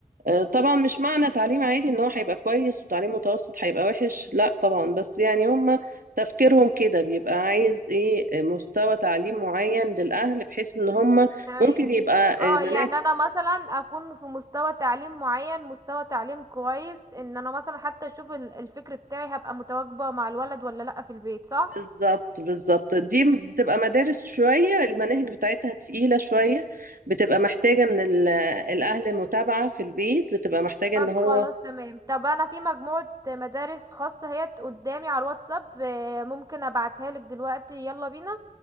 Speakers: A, on the right; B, on the right.
A: آه، طبعا مش معنى تعليم عالي ان هو هيبقى كويس وتعليم متوسط هيبقى وحش لا طبعا بس يعني هم تفكيرهم كده بيبقى عايز ايه آه، مستوى تعليم معين للأهل بحيث ان هم
B: تمام
A: ممكن يبقى
B: اه
A: آه، مناهج
B: يعني انا مثلا اكون في مستوى تعليم معين مستوى تعليم كويس ان انا مثلا حتى اشوف ال- الفكر بتاعي هبقى متواجبة مع الولد ولا لا في البيت صح
A: بالظبط بالظبط دي بتبقى مدارس شوية المناهج بتاعتها تقيلة شوية بتبقى محتاجة من ال- الأهل متابعة في البيت بتبقى محتاجة
B: طب
A: ان هو
B: خلاص تمام طب انا في مجموعة مدارس خاصة هي قدامي على الواتساب آه، ممكن ابعتها لك دلوقتي يلا بينا